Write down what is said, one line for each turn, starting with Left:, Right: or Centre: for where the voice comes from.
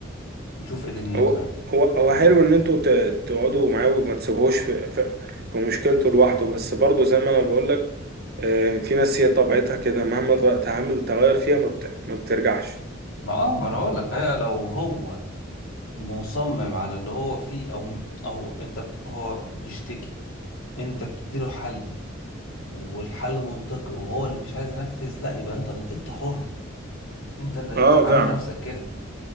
Left: ونشوف ايه دنيته
Right: هو
Left: يعني
Right: هو هو حلو ان انتوا ت... تقعدوا معاه وما تسيبوهوش في... في... في مشكلته لوحده بس برضه زي ما انا بقول لك آه، في ناس هي طبيعتها كده مهما تغ- تعامل تغير فيها ما, بت... ما بترجعش
Left: ما اه ما انا بقول لك هي لو هو مصمم على اللي هو فيه او او انت هو بيشتكي انت بتديله حل والحل منطقي وهو اللي مش عايز ينفذ لا يبقى انت انت حر انت اللي انت
Right: اه
Left: اللي
Right: فعلا
Left: عامل في نفسك كده